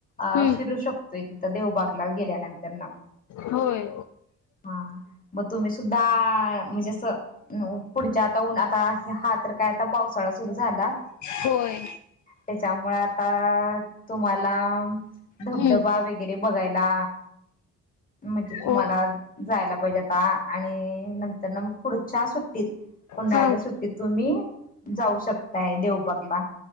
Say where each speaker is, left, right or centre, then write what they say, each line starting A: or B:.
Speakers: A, on the left; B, on the left.
A: अ
B: हम्म
A: फिरू शकतो एक तिथ देवबागला गेल्यानंतर ना
B: होय
A: हा मग तुम्ही सुद्धा म्हणजे पुढच्या आता आता हा तर काय आता पावसाळा सुरू झाला.
B: होय
A: त्याच्यामुळे आता तुम्हाला धबधबा
B: हम्म
A: वगैरे बघायला. म्हणजे तुम्हाला
B: हो
A: जायला पाहिजे आ आणि नंतर ना मग पुढं चहा सुट्टीत. उन्हाळ्याच्या
B: सांग
A: सुट्टीत तुम्ही जाऊ शकताय देवबागला.